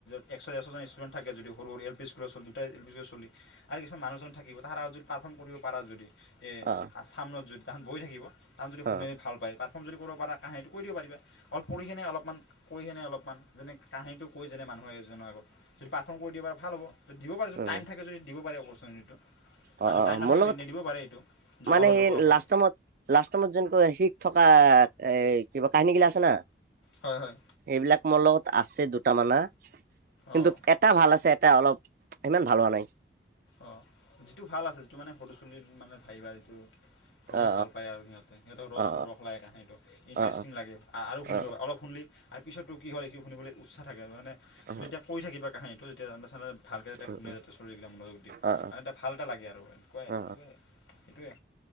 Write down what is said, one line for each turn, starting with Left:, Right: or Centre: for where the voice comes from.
Left: <unintelligible> ষ্টুডেণ্ট থাকে যদি সৰু সৰু এল পি স্কলাৰ দুটাই এল পি স্কুলাৰ কিছুমান মানুহ থাকিব তাৰ যদি পাৰ্ফৰ্ম কৰিব পাৰা যদি, এই
Right: অ
Left: চামনত যদি তাহত বহি থাকিব। তাত যদি শুনি
Right: অ
Left: ভাল পায় পাৰফৰ্ম যদি কৰিব পাৰা কাহিনীটো কৈ দিব পাৰিবা, অল কৰী কিনে অলপমান কৈ কিনে অলপমান যেনে কাহিনীটো কৈ যেনে মানুহে এজনৰ আগত, যদি পাৰফৰ্ম কৰি দিব পাৰে ভাল হ'ব। দিব পাৰে যদি
Right: অ
Left: টাইম থাকে যদি দিব পাৰে অপৰচুনিটিটো।
Right: অ',
Left: আৰু
Right: অ',
Left: টাইম
Right: অ',
Left: নাথাকে
Right: মোৰ লগত,
Left: নিদিব পাৰে এইটো জমা
Right: মানে
Left: লৈ
Right: সেই
Left: ল'ব অকল
Right: লাষ্ট টাইমত লাষ্ট টাইমত যেনকৈ এচিত থকা এ কি কাহানী গিলা আছে না।
Left: হয় হয়।
Right: এইবিলাক মোৰ লগত আছে দুট মানা, কিন্তু
Left: অঁ
Right: এ এটা ভাল আছে, এটা অলপ ইমান ভাল হোৱা নাই।
Left: অ', যিটো ভাল আছে যিটো মানে <unintelligible> মানুহ ভাবিব আৰু এটো শুনি
Right: অ
Left: ভাল পায় আৰু সিহঁতে, সিহঁতক ৰস
Right: অ অ
Left: ৰস লাগে কাহানীটো। ইণ্টাৰেষ্টিং
Right: অ অ
Left: লাগে আৰু শুনিব
Right: অ
Left: অলপ শুনিলে আৰু পিছতো কি হয় এ শুনিবলে উচ্চ থাকে হেয় মানে,
Right: অ অ
Left: তুমি যেতিয়া কৰি থাকিবা কাহিনীটো যেতিয়া আন্ধাৰ আন্ধাৰত ভালকৈ যাতে
Right: উম
Left: শুনে যতে ষ্টৰী বিলাক মুনুজুগদি,
Right: অ অ
Left: কাৰণ এটা ভাল এটা লাগে আৰু একুৱা
Right: অ
Left: এনেকুৱা। সেইটোৱে।